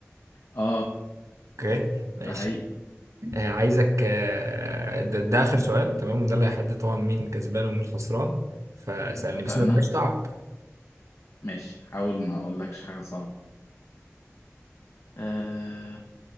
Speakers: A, on the left (about 60°); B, on the right (about 80°).
A: آه
B: أوكي ماشي
A: ده حقيقي
B: آه، عايزك آه، ده, ده آخر سؤال تمام وده اللي هيحدد طبعا مين كسبان ومين خسران فسألني
A: اتفقنا
B: بس ما يبقاش تعب
A: ماشي حاول ما أقولكش حاجة صعبة آه